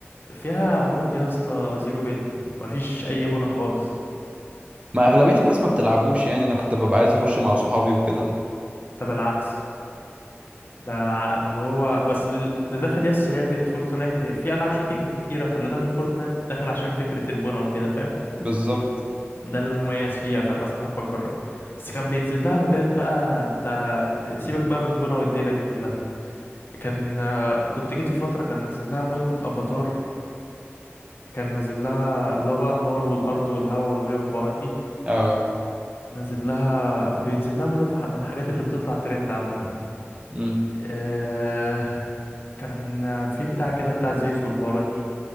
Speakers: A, on the left (about 50°); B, on the right (about 25°).
A: فيها مود يا اسطى زيرو بيلد مفيش اي بنا خالص
B: ما اغلبيه الناس ما بتلعبوش يعني انا كنت ببقى عايز اخش مع صحابي وكده
A: ده بالعكس ده ع- اللي هو بس ال- ده داخل يا اسطى لعبة فورتنايت في العاب شوتينج كتيرة فاللي داخل فورتنايت داخل عشان فكرة البنا وكده فاهم
B: بالظبط
A: ده المميز فيها فالناس حابة تجرب بس كان بينزل لها مودات بقى انت سيبك بقى من البونة والليلة دي كلها كان كنت جيت في فترة كان نازل لها مود افاتار كان نازل لها اللي هو بقى النار والارض والهواء والمية والحوارات دي
B: اه
A: نازل لها بينزل لها مودات من الحاجات اللي بتطلع ترند عامة
B: امم
A: آه، كان في بتاع كده بتاع زيوس والحوارات دي